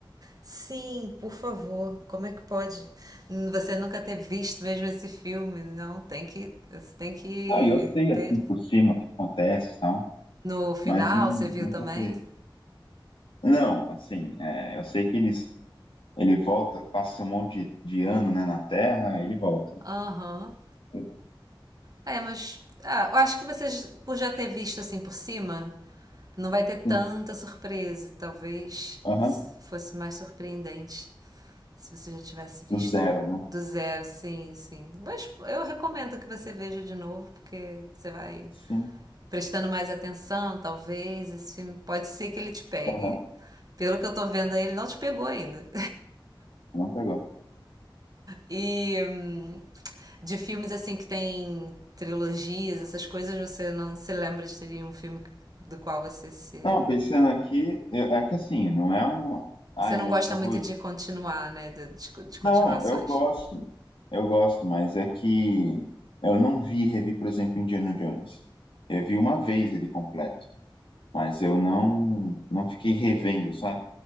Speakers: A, on the right; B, on the left.
A: Sim, por favor, como é que pode hum, você nunca ter visto mesmo esse filme? Não, tem que, você tem que
B: Não, e eu sei,
A: ter.
B: assim, por cima o que acontece e tal,
A: No final,
B: mas não,
A: você viu
B: nunca
A: também?
B: falei. Não, assim, é, eu sei que eles, ele volta, passa um monte de, de ano, né, na Terra, ele volta.
A: Aham.
B: entendeu?
A: É, mas ah, eu acho que vocês, por já ter visto assim por cima, não vai ter tanta
B: Sim,
A: surpresa. Talvez
B: aham,
A: fosse mais surpreendente se você já tivesse visto
B: do zero, né?
A: do zero, sim, sim. Mas eu recomendo que você veja de novo, porque você vai
B: Sim,
A: prestando mais atenção, talvez. Esse filme pode ser que ele te pegue.
B: aham,
A: Pelo que eu tô vendo aí, ele não te pegou ainda.
B: não pegou.
A: E hum, de filmes assim que tem trilogias, essas coisas, você não se lembra de ter um filme do qual você se.
B: Não, pensando aqui, eu- é que assim, não é um, ai,
A: Você não
B: meu
A: gosta
B: favorito.
A: muito de continuar, né? De, de- de continuações.
B: Não, eu gosto. Eu gosto, mas é que eu não vi e revi, por exemplo, Indiana Jones. Eu vi uma vez ele completo, mas eu não não fiquei revendo, sabe?